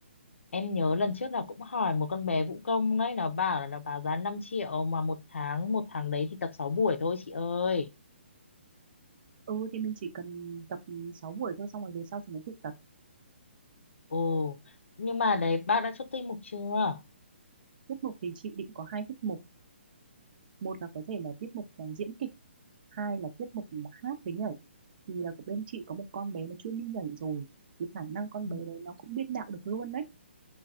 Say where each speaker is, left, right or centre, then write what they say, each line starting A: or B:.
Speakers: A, on the left (about 85°); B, on the right (about 50°).
A: Em nhớ lần trước là cũng hỏi một con bé vũ công đấy nó bảo là nó báo giá 5 triệu mà một tháng một tháng đấy thì tập 6 buổi thôi chị ơi.
B: ừ thì mình chỉ cần tập 6 buổi thôi xong rồi về sau thì mới tự tập
A: Ồ, nhưng mà đấy bác đã chốt tinh mục chưa?
B: tiết mục thì chị định có hai tiết mục một là có thể là tiết mục là diễn kịch hai là tiết mục là hát với nhảy thì là của bên chị có một con bé nó chuyên đi nhảy rồi thì khả năng con
A: Ừ,
B: bé đấy nó cũng biên đạo được luôn đấy